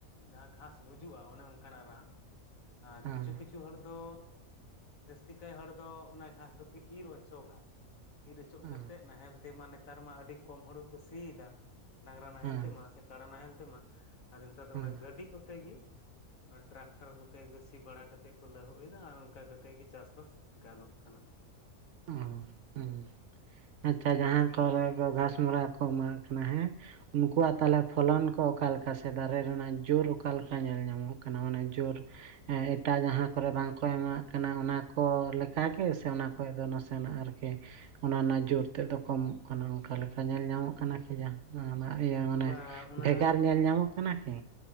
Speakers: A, on the left; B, on the right.
A: ᱡᱟᱦᱟᱸ ᱜᱷᱟᱥ ᱜᱩᱡᱩᱜᱼᱟ ᱚᱱᱮ ᱚᱱᱠᱟᱱᱟᱜ ᱨᱟᱱ ᱟᱨ
B: ᱦᱮᱸ
A: ᱠᱤᱪᱷᱩ ᱠᱤᱪᱷᱩ ᱦᱚᱲ ᱫᱚ ᱡᱟᱹᱥᱛᱤ ᱠᱟᱭ ᱦᱚᱲ ᱫᱚ ᱚᱱᱟ ᱜᱷᱟᱥ ᱫᱚᱠᱚ ᱤᱨᱻ ᱚᱪᱚᱜᱟ ᱤᱨ ᱚᱪᱚᱜ
B: ᱦᱮᱸ
A: ᱠᱟᱛᱮᱫ ᱱᱟᱦᱮᱞ ᱛᱮᱢᱟ ᱱᱮᱛᱟᱨ ᱢᱟ ᱟᱹᱰᱤ ᱠᱚᱢ ᱦᱳᱲᱳ ᱠᱚ ᱥᱤᱭᱮᱫᱟ ᱰᱟᱝᱨᱟ ᱱᱟᱦᱮᱞ
B: ᱦᱮᱸ
A: ᱛᱮᱢᱟ ᱠᱟᱰᱟ ᱱᱟᱦᱮᱞ ᱛᱮᱢᱟ ᱟᱫᱚ ᱱᱮᱛᱟᱨ ᱫᱚ
B: ᱦᱮᱸ
A: ᱚᱱᱟ ᱜᱟᱹᱰᱤ ᱠᱚᱛᱮ ᱜᱮ ᱚᱱᱟ ᱴᱨᱟᱠᱴᱟᱨ ᱠᱚᱛᱮ ᱠᱚ ᱥᱤ ᱵᱟᱲᱟ ᱠᱟᱛᱮᱫ ᱠᱚ ᱞᱟᱹᱦᱩᱫ ᱮᱫᱟ ᱟᱨ ᱚᱱᱠᱟ ᱠᱟᱛᱮᱫ ᱜᱮ ᱪᱟᱥ ᱵᱟᱥ ᱜᱟᱱᱚᱜ ᱠᱟᱱᱟ <inaudible>
B: ᱦᱮᱸ ᱦᱮᱸ ᱟᱪᱪᱷᱟ ᱡᱟᱦᱟᱸ ᱠᱚᱨᱮ ᱜᱷᱟᱥᱢᱚᱨᱟ ᱠᱚ ᱮᱢᱟᱜ ᱠᱟᱱᱟ ᱦᱮᱸ ᱩᱱᱠᱩᱣᱟᱜ ᱛᱟᱦᱚᱞᱮ ᱯᱷᱚᱞᱚᱱ ᱠᱚ ᱚᱠᱟᱞᱮᱠᱟ ᱥᱮ ᱫᱟᱨᱮ ᱨᱮᱱᱟᱜ ᱡᱩᱨ ᱚᱠᱟᱞᱮᱠᱟ ᱧᱮᱞ ᱧᱟᱢᱚᱜ ᱠᱟᱱᱟ ᱚᱱᱮ ᱡᱳᱨ ᱦᱮᱸᱻ ᱮᱴᱟᱜ ᱡᱟᱦᱟᱸ ᱠᱚᱨᱮ ᱵᱟᱝᱠᱚ ᱮᱢᱟᱜ ᱠᱟᱱᱟ ᱚᱱᱟ ᱠᱚ ᱞᱮᱠᱟᱜᱮ ᱥᱮ ᱠᱷᱚᱡ ᱫᱚ ᱱᱟᱥᱮᱱᱟᱜ ᱟᱨᱠᱤ ᱚᱱᱟ ᱨᱮᱱᱟᱜ ᱡᱩᱨ ᱛᱮᱫ ᱫᱚ ᱠᱚᱢᱚᱜ ᱠᱟᱱᱟ ᱚᱱᱠᱟ ᱞᱮᱠᱟ ᱧᱮᱞ ᱧᱟᱢᱚᱜ ᱠᱟᱱᱟ ᱠᱤ ᱡᱟᱦᱟᱸ ᱚᱱᱟ ᱤᱭᱟᱹ ᱢᱟᱱᱮ
A: ᱵᱟ ᱚᱱᱟ
B: ᱵᱷᱮᱜᱟᱨ ᱧᱮᱞ ᱧᱟᱢᱚᱜ ᱠᱟᱱᱟ ᱠᱤ